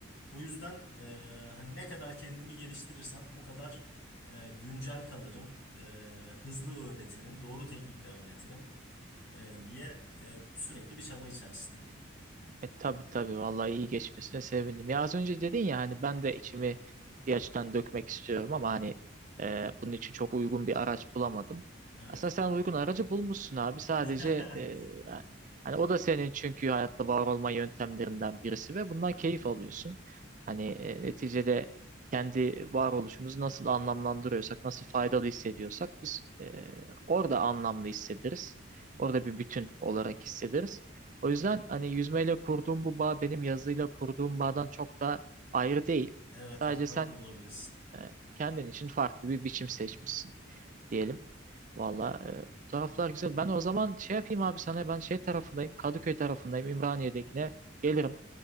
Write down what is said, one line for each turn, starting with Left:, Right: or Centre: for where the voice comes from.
Left: O yüzden e, hani ne kadar kendimi geliştirirsem o kadar e, güncel kalırım, e, hızlı öğretirim, doğru teknikle öğretirim e, diye e, sürekli bir çaba içerisindeyim.
Right: E tabii tabii vallahi iyi geçmesine sevindim. Ya az önce dedin ya hani ben de içimi bir açıdan dökmek istiyorum ama hani e, bunun için çok uygun bir araç bulamadım.
Left: Evet.
Right: Aslında sen uygun aracı bulmuşsun abi. Sadece
Left: <laughs>
Right: e, hani o da senin çünkü hayatta var olma yöntemlerinden birisi ve bundan keyif alıyorsun. Hani e, neticede kendi varoluşumuzu nasıl anlamlandırıyorsak, nasıl faydalı hissediyorsak biz e, orada anlamlı hissederiz. Orada bir bütün olarak hissederiz. O yüzden hani yüzmeyle kurduğum bu bağ benim yazıyla kurduğum bağdan çok da ayrı değil.
Left: Evet
Right: Sadece
Left: evet haklı
Right: sen
Left: olabilirsin.
Right: e, kendin için farklı bir biçim seçmişsin diyelim. Valla e, bu taraflar güzel. Ben o zaman şey yapayım abi sana ben şey tarafındayım. Kadıköy tarafındayım. İmraniye'dekine gelirim